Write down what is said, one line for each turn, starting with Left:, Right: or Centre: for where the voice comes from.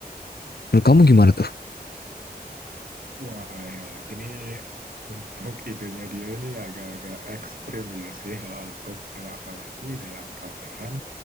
Left: Menurut kamu gimana
Right: <laughs>
Left: tuh?
Right: Wah ya, ini untuk idenya dia ini agak-agak ekstrim ya sih eh, untuk eh, apalagi dalam tataran